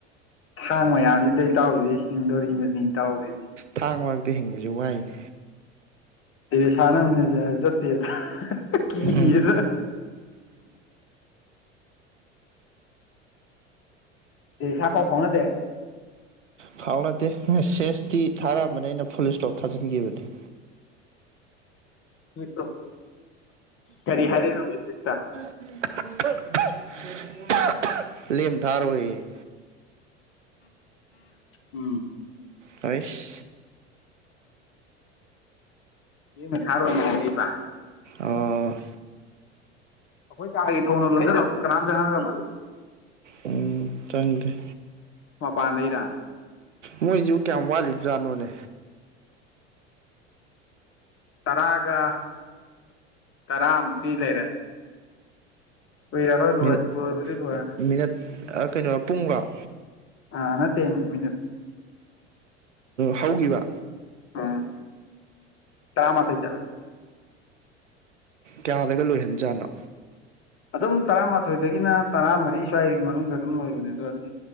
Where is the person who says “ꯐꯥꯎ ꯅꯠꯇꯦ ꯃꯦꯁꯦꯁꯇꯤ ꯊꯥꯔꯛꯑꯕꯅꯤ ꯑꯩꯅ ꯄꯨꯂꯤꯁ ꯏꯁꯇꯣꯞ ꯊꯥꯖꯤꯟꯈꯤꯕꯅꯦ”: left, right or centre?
Right